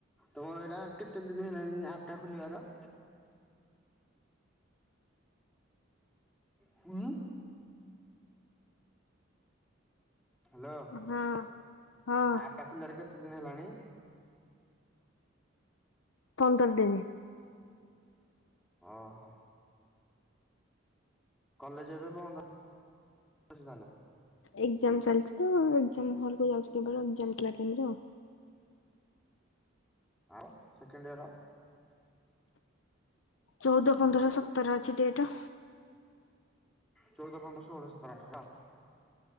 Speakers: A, in the centre; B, on the left.
A: ତମର ଏଇଟା କେତେ ଦିନ ହେଲାଣି ଆପ୍ ଟା ଖୋଲିବାର? ହ <inaudible> ହୁଁ। ହ୍ୟାଲୋ
B: ହଁ ହଁ
A: ଆପଟା ଖୋଲିଆର କେତେ ଦିନି ହେଲାଣି?
B: ପନ୍ଦର ଦିନି।
A: ଓଁ ହୋ। କଲେଜ ଏବେ ବନ୍ଦଅଛି ତାହେଲେ?
B: ଏକ୍ଜାମ ଚାଲିଛି ତ ଏଗଜାମ ହଲକୁ ଯାଉଛି କେବଳ ଏଗଜାମ ଥିଲା ଟାଇମରେ ଆଉ।
A: ଆଉ ସେକେଣ୍ଡ ଇୟର?
B: ଚଉଦ ପନ୍ଦର ସତର ଅଛି ଡେଟ୍।
A: ଚଉଦ ପନ୍ଦର ଷୋଅଳ ଶତର ଅଠର?